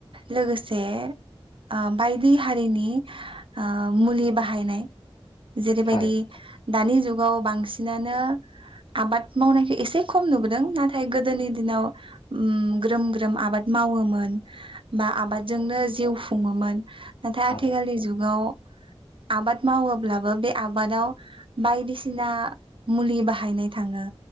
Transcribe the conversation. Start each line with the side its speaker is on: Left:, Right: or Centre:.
Right: लोगोसे आ बायदि हारिनि आ मुलि बाहायनाय जेरैबायदि
Left: थारैनो थारैनो
Right: दानि जु गाव बांसिनानो आबाद मावनायखो एसे खम नुबोदों नाथाय गोदोनि दिनाव उम ग्रोम-ग्रोम आबाद मावोमोन। बा आबादजोंनो
Left: औ
Right: जिउ खुङोमोन। नाथाय
Left: थारैनो
Right: आथिखालनि जुगाव आबाद मावोब्लाबो बे आबादाव बायदिसिना मुलि बाहायनाय थाङो।